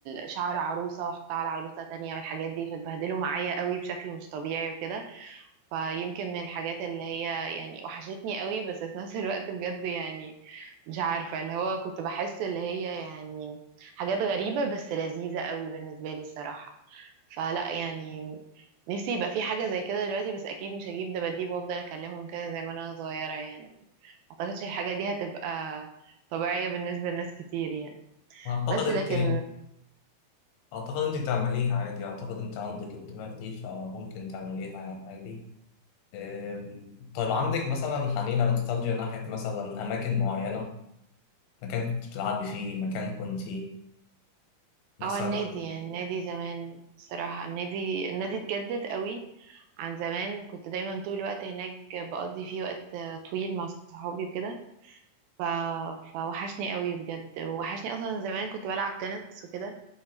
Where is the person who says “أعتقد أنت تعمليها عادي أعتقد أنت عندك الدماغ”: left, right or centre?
Left